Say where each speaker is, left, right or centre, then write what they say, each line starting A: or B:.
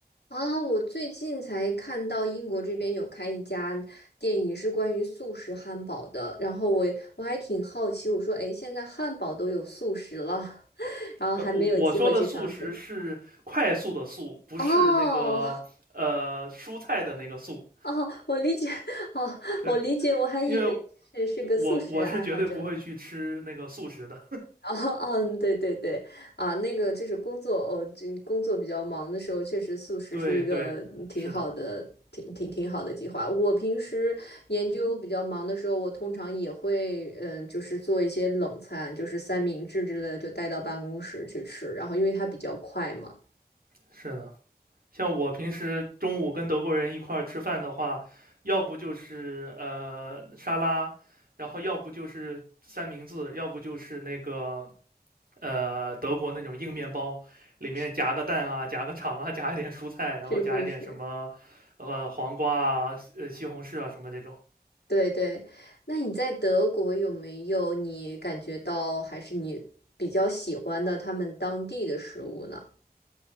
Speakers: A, on the left (about 85°); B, on the right (about 60°).
A: 啊，我最近才看到英国这边有开一家店，也是关于素食汉堡的。然后我我还挺好奇，我说，诶，现在汉堡都有素食了，<laughs> 然后还没有机会去尝试。
B: 呃，我我说的速食是快速的速，不是那个呃蔬菜的那个速。
A: 哦哦，我理解，<laughs> 哦，
B: 对，
A: 我理解，我还以为是是个素食爱好者。
B: 因为我我是绝对不会去吃那个速食的。
A: 哦，嗯，对对对，啊，那个就是工作哦，这工作比较忙的时候，确实素食是一个嗯挺好的、
B: 对对，是的，
A: 挺挺挺好的计划。我平时研究比较忙的时候，我通常也会，嗯、就是做一些冷餐，就是三明治之类的，就带到办公室去吃。然后，因为它比较快嘛，
B: 是的。像我平时中午跟德国人一块儿吃饭的话，要不就是呃沙拉，然后要不就是三明治，要不就是那个呃德国那种硬面包，里面夹个蛋啊，
A: <laughs>
B: 夹个肠啊，夹一点蔬菜，然后夹一点什么呃黄瓜啊、
A: 是是是，
B: 西呃西红柿啊什么这种。
A: 对对。那你在德国有没有你感觉到还是你比较喜欢的他们当地的食物呢？